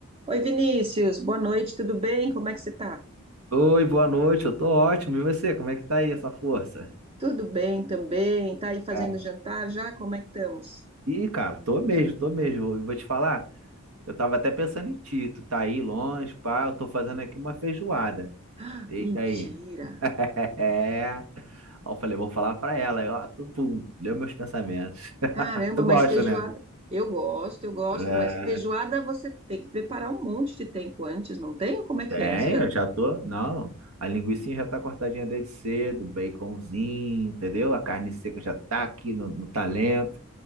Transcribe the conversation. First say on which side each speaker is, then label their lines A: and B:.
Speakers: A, on the right; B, on the right.
A: Oi, Vinícius, boa noite, tudo bem? Como é que você tá?
B: Oi, boa noite, eu tô ótimo. E você, como é que tá aí essa força?
A: Tudo bem também. Tá aí fazendo
B: Ah,
A: jantar já? Como é que estamos?
B: Ih, cara, tô mesmo, tô mesmo. Eu vou te falar, eu tava até pensando em ti, tu tá aí longe, pá, eu tô fazendo aqui uma feijoada.
A: Ah,
B: Eita
A: mentira!
B: aí. <laughs> É. Aí eu falei, vou falar pra ela, aí, ó, tu, pum, leu meus pensamentos. <laughs>
A: Caramba,
B: Tu
A: mas
B: gosta,
A: feijoada.
B: né?
A: Eu gosto, eu gosto,
B: é,
A: mas feijoada você tem que preparar um monte de tempo antes, não tem? Ou Como é que
B: Tem,
A: é? Você já...
B: eu já tô. Não, a linguiça já tá cortadinha desde cedo, baconzinho, entendeu? A carne seca já tá aqui no, no talento.